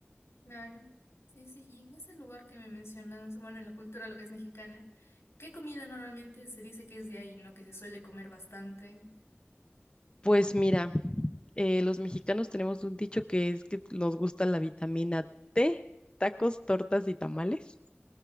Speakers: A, on the left (about 85°); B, on the left (about 25°).
A: Claro. Sí, sí, y en ese lugar que me mencionas, bueno, en la cultura lo que es mexicana, ¿qué comida normalmente se dice que es de ahí, ¿no? Que se suele comer bastante.
B: Pues mira, eh, los mexicanos tenemos un dicho que es que nos gusta la vitamina T, tacos, tortas y tamales.